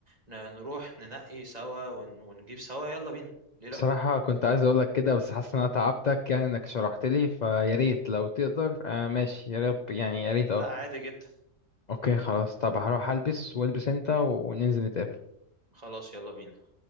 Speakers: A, on the right (about 30°); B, on the left (about 45°).
A: ن- نروح ننقي سوا ون- ونجيب سوا يلا بينا ليه لا
B: بصراحة كنت عايز أقولك كده بس حاسس إن أنا تعبتك يعني إنك شرحت لي فيا ريت لو تقدر آه ماشي يا رب يعني يا ريت
A: لا
B: أه
A: عادي جدا
B: أوكي خلاص طب هروح ألبس والبس أنت وننزل نتقابل
A: خلاص يلا بينا